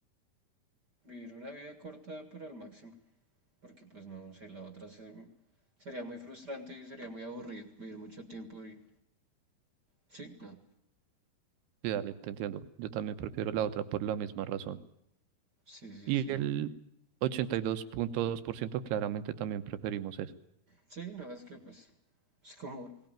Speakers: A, on the right (about 45°); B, on the right (about 80°).
A: Vivir una vida corta, pero al máximo. Porque pues no sé, la otra se- sería muy frustrante y sería muy aburrido vivir mucho tiempo y... Sí, no.
B: Sí, dale, te entiendo. Yo también prefiero la otra por la misma razón.
A: Sí, sí,
B: Y
A: sí.
B: el ochenta y dos dos punto dos por ciento claramente también preferimos eso.
A: Sí, no, es que pues es como,